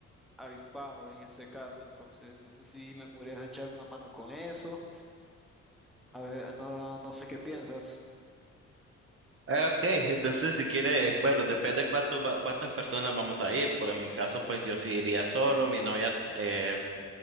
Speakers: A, in the centre; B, on the right.
A: avispado en ese caso. Entonces, no sé si me podrías echar una mano con eso. A ver, no, no sé qué piensas.
B: Ah, Ok, entonces si quieres, bueno, depende cuánto, va- cuántas personas vamos a ir. Por en mi caso, pues yo sí iría solo. Mi novia eh,